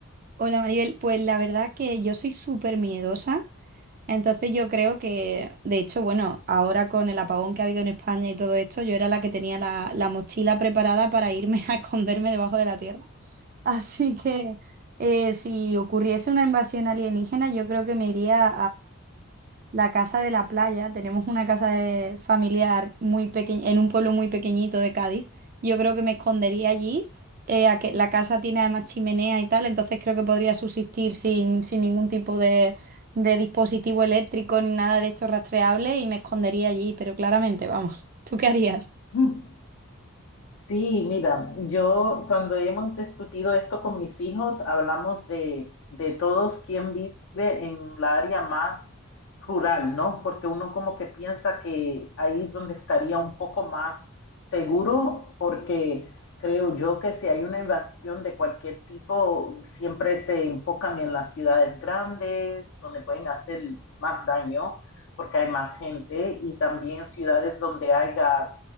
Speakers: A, on the right; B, on the left.
A: Hola Maribel, pues la verdad que yo soy súper miedosa, entonces yo creo que, de hecho, bueno, ahora con el apagón que ha habido en España y todo esto, yo era la que tenía la, la mochila preparada para irme <laughs> a esconderme debajo de la tierra. Así que eh, si ocurriese una invasión alienígena, yo creo que me iría la casa de la playa. Tenemos una casa de- familiar muy pequeña, en un pueblo muy pequeñito de Cádiz. Yo creo que me escondería allí. eh, a que la casa tiene además chimenea y tal, entonces creo que podría subsistir sin, sin ningún tipo de, de dispositivo eléctrico ni nada de esto rastreable y me escondería allí, pero claramente, vamos, ¿tú qué harías?
B: Mm. Sí, mira, yo cuando hemos discutido esto con mis hijos, hablamos de, de todos quien vive en la área más rural, ¿no? Porque uno como que piensa que ahí es donde estaría un poco más seguro, porque creo yo que si hay una invasión de cualquier tipo, siempre se enfocan en las ciudades grandes, donde pueden hacer más daño, porque hay más gente, y también ciudades donde haya